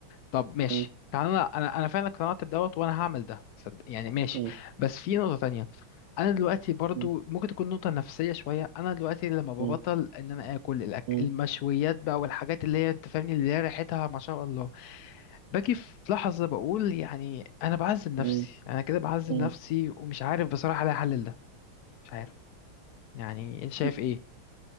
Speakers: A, on the left; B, on the right.
A: طب ماشي
B: مم.
A: تعالى انا انا أنا فعلا اقتنعت بدوت وانا هعمل ده صدق يعني ماشي
B: مم.
A: بس في نقطة تانية انا دلوقتي برضو
B: مم.
A: ممكن تكون نقطة نفسية شوية انا دلوقتي لما ببطل
B: مم.
A: ان انا اكل الأك...
B: مم.
A: المشويات بقى والحاجات اللي هي انت فاهمني اللي هي ريحتها ما شاء الله باجي في لحظة بقول يعني انا بعذب نفسي
B: مم.
A: انا كده بعذب
B: مم.
A: نفسي ومش عارف بصراحة الاقي حل لده مش عارف يعني انت شايف
B: مم.
A: ايه